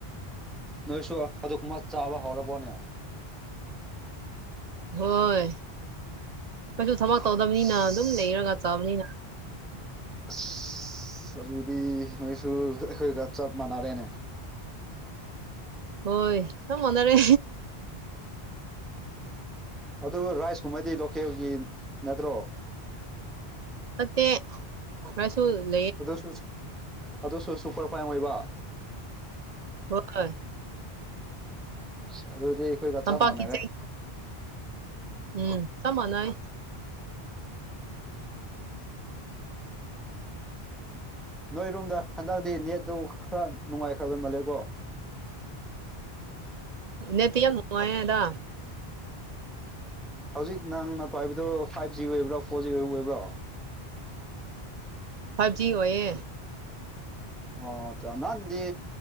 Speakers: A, in the centre; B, on the right.
A: ꯅꯣꯏꯁꯨ ꯑꯗꯨꯕ ꯆꯥꯕ ꯍꯧꯔꯕꯣꯅꯦ
B: ꯍꯣꯏ ꯀꯩꯁꯨ ꯊꯕꯛ ꯇꯧꯗꯕꯅꯤꯅ
A: ꯑꯁ
B: ꯑꯗꯨꯝ ꯂꯩꯔꯒ ꯆꯥꯕꯅꯤꯅ
A: ꯑꯁ ꯑꯗꯨꯗꯤ ꯅꯣꯏꯁꯨ ꯑꯩꯈꯣꯏꯒ ꯆꯞ ꯃꯥꯟꯅꯔꯦꯅꯦ
B: ꯍꯣꯏ ꯌꯥꯝ ꯃꯥꯟꯅꯔꯦ
A: ꯑꯗꯨ ꯔꯥꯏꯁꯀꯨꯝꯕꯗꯤ ꯂꯣꯀꯦꯜꯒꯤ ꯅꯠꯇ꯭ꯔꯣ
B: <unintelligible> <unintelligible>
A: ꯑꯗꯨꯁꯨ ꯑꯗꯨꯁꯨ ꯁꯨꯄꯔ ꯐꯥꯏꯟ ꯑꯣꯏꯕ
B: ꯍꯣꯏ
A: ꯑ ꯑꯗꯨꯗꯤ ꯑꯩꯈꯣꯏꯒ
B: ꯇꯝꯄꯥꯛꯀꯤ
A: ꯆꯞ ꯃꯥꯟꯅꯔꯦ
B: ꯆꯦꯡ ꯎꯝ ꯆꯞ ꯃꯥꯅꯩ
A: ꯅꯣꯏꯔꯣꯝꯗ ꯍꯟꯗꯛꯇꯤ ꯅꯦꯠꯇꯨ ꯈꯔ ꯅꯨꯡꯉꯥꯏꯈ꯭ꯔꯕ ꯃꯥꯜꯂꯦꯀꯣ <inaudible>
B: ꯅꯇꯌꯥ ꯃꯨꯉ ꯑꯦꯗꯥ
A: ꯍꯧꯖꯤꯛ ꯅꯪ ꯅ ꯄ ꯍꯥꯏꯕꯗꯣ ꯐꯥꯏꯚ ꯖꯤ ꯑꯣꯏꯕ꯭ꯔꯣ ꯐꯣꯔ ꯖꯤ ꯑꯣꯏꯕ ꯑꯣꯏꯕ꯭ꯔꯣ
B: ꯐꯥꯏꯚ ꯖꯤ ꯑꯣꯏꯌꯦ
A: ꯑꯣ ꯆ ꯅꯥꯟꯗꯤ